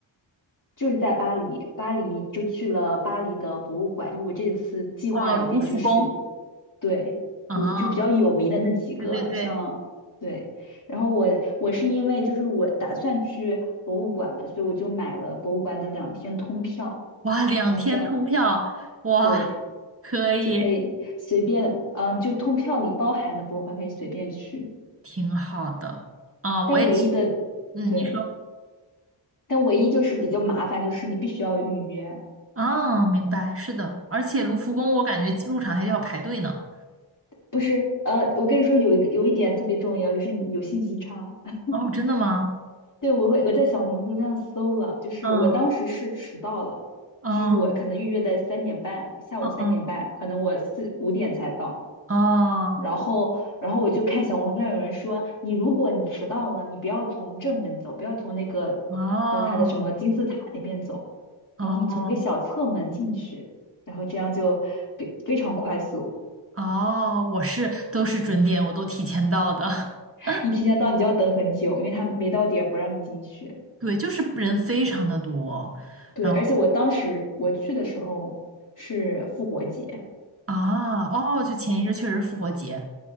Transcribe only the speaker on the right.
哦，卢浮宫。
啊，
对对对，
哇，两天通票，
哇，
可以，
挺好的。啊，
我也去，嗯，
你说，
啊，明白，是的，而且卢浮宫我感觉入场还要排队呢。
哦，真的吗？
嗯嗯
嗯。嗯
哦
哦
哦
哦，我是都是准点，我都提前到的。
<laughs>
对，就是人非常的多，
然后
啊哦，就前一阵确实是复活节